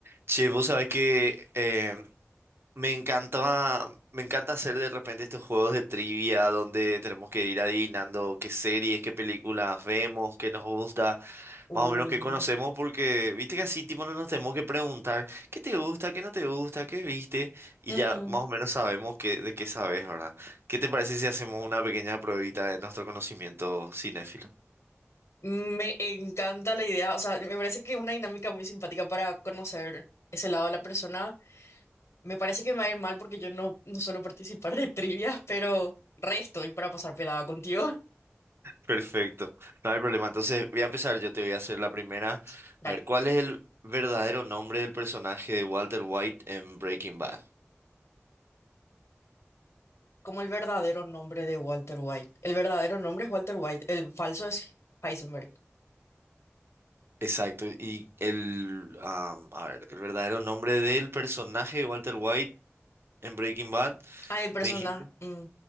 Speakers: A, on the right (about 55°); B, on the left (about 65°).
A: Che, vos sabés que eh, me encantaba, me encanta hacer de repente estos juegos de trivia donde tenemos que ir adivinando qué series, qué películas vemos, qué nos gusta,
B: Uh,
A: más o menos qué conocemos, porque viste que así tipo no nos tenemos que preguntar qué te gusta, qué no te gusta, qué viste, y
B: Ujú.
A: ya más o menos sabemos qué, de qué sabes, ¿verdad? ¿Qué te parece si hacemos una pequeña pruebita de nuestro conocimiento cinéfilo?
B: Me encanta la idea, o sea, me parece que es una dinámica muy simpática para conocer ese lado de la persona. Me parece que me va a ir mal porque yo no, no suelo participar de trivias, pero resto y para pasar pelada contigo.
A: Perfecto, no hay problema. Entonces voy a empezar, yo te voy a hacer la primera.
B: <laughs> Dale.
A: A ver, ¿cuál es el verdadero nombre del personaje de Walter White en Breaking Bad?
B: Como el verdadero nombre de Walter White. El verdadero nombre es Walter White, el falso es Heisenberg.
A: Exacto, y el, am, a ver, el verdadero nombre del personaje de Walter White en Breaking Bad,
B: Ay, persona.
A: ¿me dijiste?
B: mm,